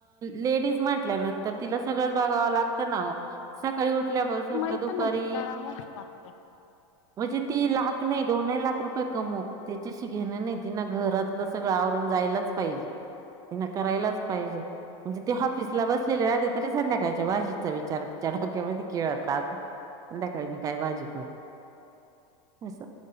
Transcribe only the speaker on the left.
माहित
ना ते करावंच लागतं